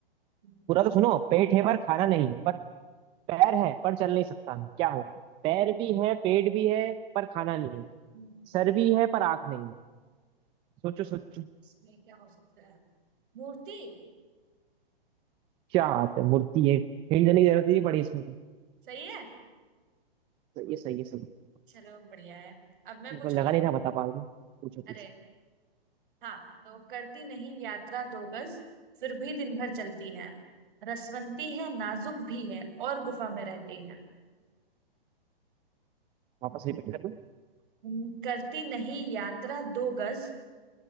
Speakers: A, on the right; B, on the right.
A: हम्म,
B: पूरा तो सुनो पेट है पर खाना नहीं है पर पैर है पर चल नहीं सकता मैं क्या हूँ पैर भी है पेट भी है पर खाना नहीं है
A: हम्म।
B: सर भी है पर आँख नहीं है सोचो सोचो
A: इसमें क्या हो सकता है मूर्ति
B: क्या बात है मूर्ति है हिंट देने की जरूरत ही नहीं पड़ी इसमें तो,
A: सही है
B: तो ये सही है सही है।
A: चलो बढ़िया है अब मैं
B: मेरे
A: पूछूं
B: को लगा नहीं था बता पाऊंगी पूछो पूछो
A: अरे हाँ तो करती नहीं यात्रा दो गज फिर भी दिन भर चलती है रसवंती है नाजुक भी है और गुफा में रहती है
B: वापस रिपीट कर दो
A: हम्म, करती नहीं यात्रा दो गज